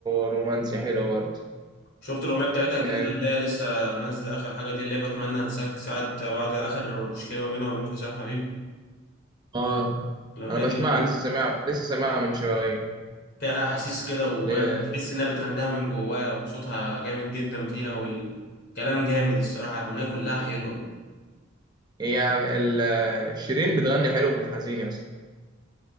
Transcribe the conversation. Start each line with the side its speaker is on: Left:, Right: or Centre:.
Right: رومانسي حلو برضه
Left: شفت الاغنيه بتاعتها الجديده
Right: كانت-
Left: اللي هي لسه نازله اخر حاجه دي اللي هي بتمنى انساك ساعه بعد اخر مشكله ما بينها وبين حسام حبيب
Right: اه
Left: الاغنيه
Right: انا بسمعها
Left: دي جامده
Right: لسه سامعها لسه سامعها من شوية
Left: فيها احاسيس كده وبتحس
Right: ل-
Left: انها بتغنيها من جواها وصوتها جامد جدا فيها والكلام جامد الصراحه الاغنيه كلها حلوه
Right: هي ال- شيرين بتغني حلو في الحزين يا اسطى